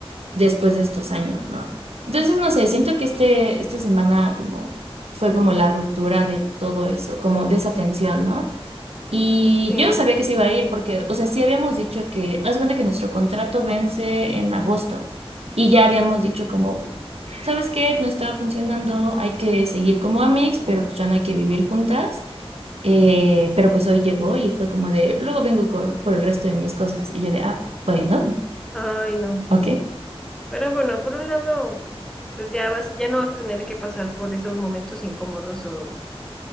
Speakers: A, on the right; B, in the centre.
A: después de estos años, ¿no? Entonces, no sé, siento que este, esta semana como fue como la ruptura de todo eso, como de esa tensión, ¿no? Y
B: Sí,
A: yo no sabía que se iba a ir porque, o sea, sí habíamos dicho que, haz de cuenta que nuestro contrato vence en agosto y ya habíamos dicho como, ¿sabes qué? No está funcionando, hay que seguir como amigos, pero pues ya no hay que vivir juntas. Eh, pero pues hoy llegó y fue como de, luego vengo con- por el resto de mis cosas. Y yo de, ah, bueno,
B: ay no.
A: ok.
B: Pero bueno, por un lado, pues ya vas, ya no vas a tener que pasar por esos momentos incómodos o,